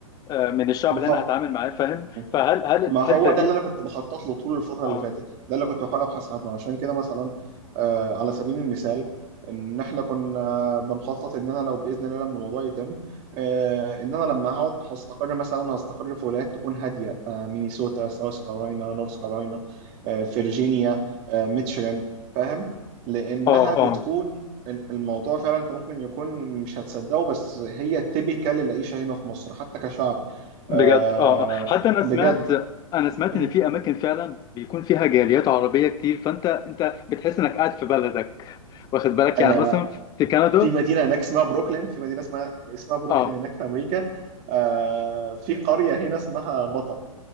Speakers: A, on the left; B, on the right.
A: آه، من الشعب
B: ما
A: اللي انا هتعامل معاه فاهم
B: هو
A: فهل هل الحته
B: ما هو
A: دي
B: ده اللي انا كنت بخطط له طول الفتره
A: اه
B: اللي فاتت ده اللي كنت بحاول ابحث عنه عشان كده مثلا آه على سبيل المثال ان احنا كنا بنخطط ان انا لو باذن الله لما الموضوع يتم آه ان انا لما هقعد هستقر مثلا هستقر في ولايات تكون هاديه آه مينيسوتا ساوث كارولاينا نورث كارولاينا آه فيرجينيا آه ميتشيغان فاهم لانها
A: اه
B: بتكون
A: اه
B: ال- الموضوع فعلا انت ممكن يكون مش هتصدقه بس هي تيبيكال العيشه هنا في مصر حتى كشعب
A: بجد
B: آه
A: اه آه. حتى انا
B: بجد
A: سمعت انا سمعت
B: مم.
A: ان في اماكن فعلا بيكون فيها جاليات عربيه كتير فانت انت بتحس انك قاعد في بلدك واخد بالك
B: انا
A: يعني مثلا في كندا
B: في مدينه هناك اسمها بروكلين في مدينه اسمها اسمها بروكلين
A: اه
B: هناك في امريكا آه في قريه هنا اسمها بطا